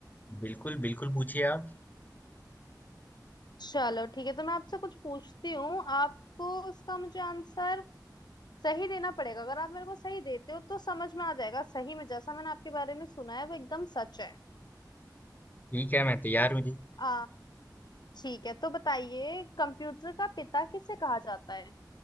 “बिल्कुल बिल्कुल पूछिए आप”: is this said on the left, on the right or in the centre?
Left